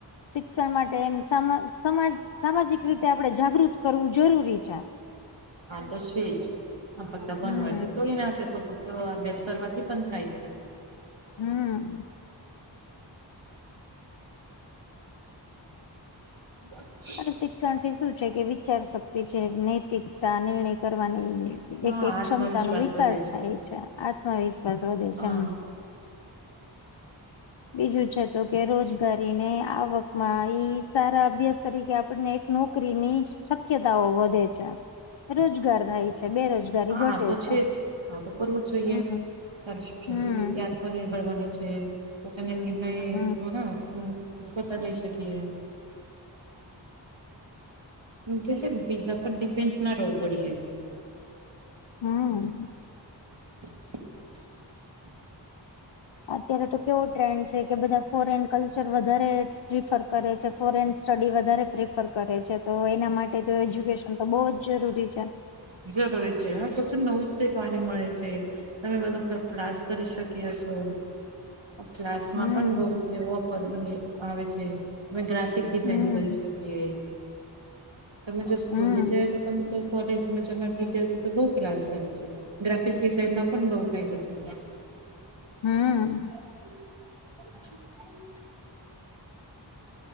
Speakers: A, on the left; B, on the right.
A: શિક્ષણ માટે એમ સમાજ સામાજિક રીતે આપણે જાગૃત કરવું જરૂરી છે.
B: હા તો છેજ, આ <unintelligible> તો અભ્યાસ
A: હમ
B: કરવાથી પણ થાય છે.
A: હમ્મ
B: <inaudible>
A: અને શિક્ષણ થી શું છે કે, વિચાર શક્તિ છે, નૈતિકતા નિર્ણય કરવાની
B: હા
A: એક એક
B: આત્મવિશ્વાસ
A: ક્ષમતા નો વિકાસ
B: વધે
A: થાય છે, આત્મવિશ્વાસ વધે છે
B: હા
A: એમ. બીજું છે તો કે, રોજગારીને આવકમાં ઈ સારા અભ્યાસ તરીકે આપ પને એક નોકરીની શક્યતાઓ વધે છે. રોજગાર થાય છે, બે રોજગારી ઘટે
B: હા તો
A: છે.
B: જ હા તો કરવું જોઈએ,
A: હમ
B: સારું શિક્ષણ
A: હમ
B: થી વિધાર્થ અ નિર્ભર બન્યું છે, પોતેને નિર્ણય
A: હમ
B: સોના સ્વતા લઈ શકીએ. એ કે છે બીઝા પર ડિપેન્ડ ન રહેવું પડીએ.
A: હમ્મ
B: <inaudible>
A: અત્યારે તો કેવો ટ્રેન્ડ છે, કે બધા ફોરેન કલ્ચર વધારે પ્રિફર કરે છે. ફોરેન સ્ટડી વધારે પ્રેફર કરે છે, તો એના માટે તો એજ્યુકેશન તો બહુ જ જરૂરી છે.
B: જરૂરી છે, હા તો છે નવું કઈ પાણી મળે છે. તમે બધું ક્કલાસ કરી શકી્યો છો. ક્લાસમાં
A: હમ
B: પણ બઉ બી ઓફર મને આવે છે. તમે ગ્રાફિક ડિઝાઇન
A: હમ
B: કરી શકીએ, તમે જો સ્કૂલે
A: હમ
B: જ તો તમે તે એકોડિસ મજમાતે જોઈતું તો બઉ ક્લાસ કરે છે, ગ્રાફિક્સ ડિઝઇનમાં પણ બઉ ફાયદો છે.
A: હમ્મ
B: <inaudible>